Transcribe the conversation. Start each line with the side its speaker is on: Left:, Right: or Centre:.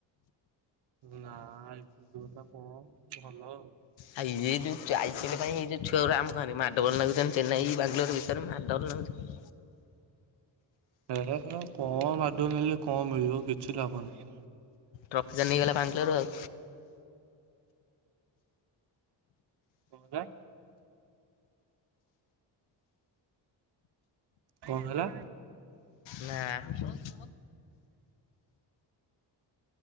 Right: ନା ଏପଟୁ କଥା କଣ ଭଲ ଆଉ।
Left: ହା ଇଏ ଯୋଉ <unintelligible> ପାଇଁ ଏଇ ଯୋଉ ଛୁଆଉରୁ ଆମ ଗାଁ ରେ ମାଡଗୋଳ ନାଗୁଚନ୍ତି ଚେନ୍ନାଇ ବାଙ୍ଗଲୋର ବିଷୟରେ ମାଡଗୋଳ ନାଗୁଚନ୍ତି।
Right: ହେରା ହେଲା କଣ ମାଦୁଅ ନେଲେ କଣ ମିଳିବ କିଛି ଲାଭ ନାହିଁ।
Left: ଟ୍ରଫି ଟା ନେଇଗଲା ବାଙ୍ଗଲୋର ଆଉ।
Right: କଁ ହେଲା? କଣ ହେଲା?
Left: ନା <inaudible>